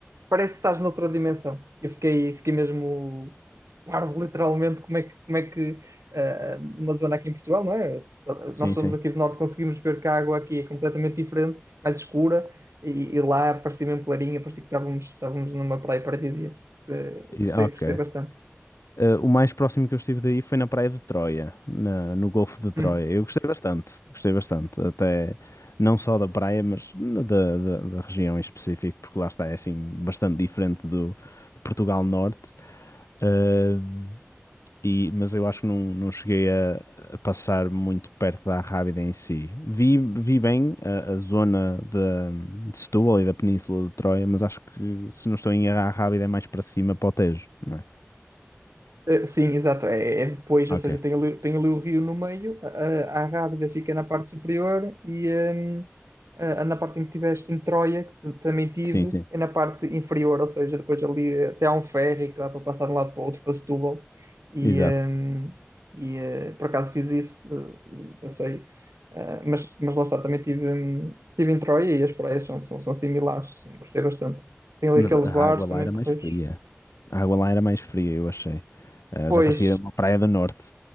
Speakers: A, on the right; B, on the left.
A: Parece que estás noutra dimensão. Eu fiquei, fiquei mesmo parvo, literalmente, como é que, como é que eh, numa zona aqui em Portugal, não é?
B: Sim,
A: Nós somos
B: sim.
A: aqui do norte, conseguimos ver que a água aqui é completamente diferente, mais escura, e, e lá parecia mesmo clarinha, parecia que estávamos, estávamos numa praia paradisíaca. Eh,
B: E-
A: gostei,
B: Ok.
A: gostei bastante.
B: Eh, o mais próximo que eu estive daí foi na Praia de Troia, na- no Golfo de Troia.
A: Uhum.
B: Eu gostei bastante, gostei bastante. Até não só da praia, mas da, da- da região em específico, porque lá está, é assim, bastante diferente do de Portugal Norte. Eh, e, mas eu acho que não, não cheguei a, a passar muito perto da Arrábida em si. Vi, vi bem a, a zona da- de, Setúbal e da Península de Troia, mas acho que, se não estou em erro, a Arrábida é mais para cima, para o Tejo, não é?
A: Eh, Sim, exato. É, é depois,
B: Ok.
A: ou seja, tem ali, tem ali o rio no meio, a, a Rábida fica na parte superior e hum, a, a- na parte em que tiveste em Troia, que t- também tive,
B: Sim, sim.
A: é na parte inferior, ou seja, depois ali eh, até há um ferry que dá para passar de um lado para o outro, para Setúbal. E,
B: Exato.
A: hum, e eh, por acaso fiz isso eh, e passei. Ah, mas, mas lá está, também tive, hum, tive em Troia e as praias são, são, são similares, sim, gostei bastante. Tem ali
B: Mas
A: aqueles
B: a
A: bares
B: água lá
A: também
B: era
A: porreiros.
B: mais fria. A água lá era mais fria, eu achei. Ah,
A: Pois,
B: já parecia uma praia do norte,